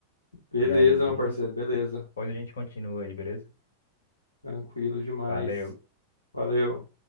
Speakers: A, on the left (about 80°); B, on the left (about 65°).
A: Beleza,
B: E aí,
A: meu parceiro, beleza.
B: depois a gente continua aí, beleza?
A: Tranquilo demais.
B: Valeu.
A: Valeu.